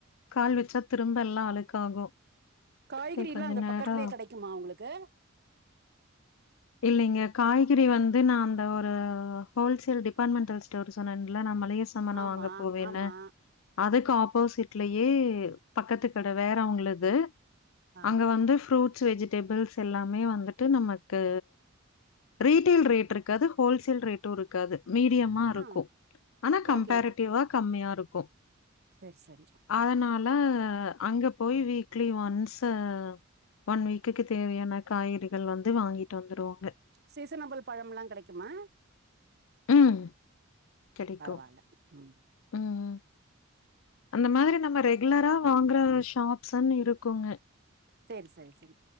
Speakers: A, on the left; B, on the right.
A: கால் வெச்சா திரும்ப எல்லா அழுக்காகு
B: காய்கறில்லா
A: செரி கொஞ்ச
B: அங்க
A: நேரோ
B: பக்கத்துலே கடைக்குமா உங்ளுக்கு
A: இல்லைங்க காய்கறி வந்து நா அந்த ஒரு ஹோல்சேல் டிபார்ட்மெண்டல் ஸ்டோர் சொன்னேன்ங்ளா நா மளி சமன்ன
B: ஆமா
A: வாங்க போவேன்னு
B: ஆமா
A: அதுக்கு ஆப்போசிட்லயே பக்கத்துக்கட வேறவுங்ளுது
B: ஆ
A: அங்க வந்து ஃப்ரூட்ஸ் வெஜிடபிள்ஸ் எல்லாமே வந்துட்டு நமக்கு ரீட்டெல் ரேட் இருக்காது ஹோல்சேல் ரேட்டு இருக்காது மீடியம்மா இருக்கு
B: ஆ
A: ஆனா கம்
B: ஓகே
A: வா கம்மியா இருக்கு
B: சேர் சரி
A: அதனால அங்க போய் வீக்லி ஒன்ஸு ஒன் வீக்குக்கு தேவயான காய்கறிகள் வந்து வாங்கிட்டு வந்துருவாங்க
B: சீசனபுள் பழம்ல்லா கடைக்குமா
A: ம் கிடைக்கும்.
B: பரவால்ல ம்
A: ம். அந்த மாதுரி நம்ம ரெகுலரா வாங்குற ஒரு ஷாப்ஸ்ன்னு இருக்குங்க
B: சேரி சரி சரி